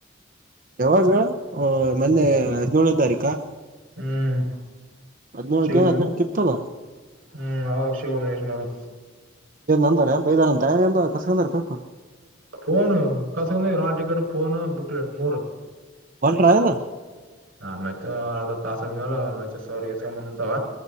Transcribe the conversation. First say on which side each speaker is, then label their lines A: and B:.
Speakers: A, on the right; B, on the right.
A: ಯಾವಾಗ ಮೊನ್ನೆ ಹದ್ಿನೇಳನೇ ತಾರೀಕ <unintelligible>
B: ಹ್ಮ್
A: ಹದ್ನೇಳಕ
B: ಸಿಬುದ
A: ಏನ್ ಹದ್ನೆಂಟಕ ಇತ್ತಲ್ಲ
B: ಹ್ಮ್ ಅವ ಸಿಬೋುದ
A: ಅಂತ ಕಸಪ
B: ಫೋನು ಕಸಂದಗ್ಯಾರ್ ಹಾಲ್ ಟಿಕೆಟ್ ಫೋನ್ ಬುಕ್ ಲಟ್ ಮೂರು
A: ಒಲ್ಟ್ರಾಏನು
B: ಆ ಮತ್ತೆ ಅರ್ಧ ತಾಸ ಆದ್ಮೇಲೆ ಮತ್ತೆ ಸರ್ ಎಸ್ಕೊಂಡ್ ಬಂದಂತಾವ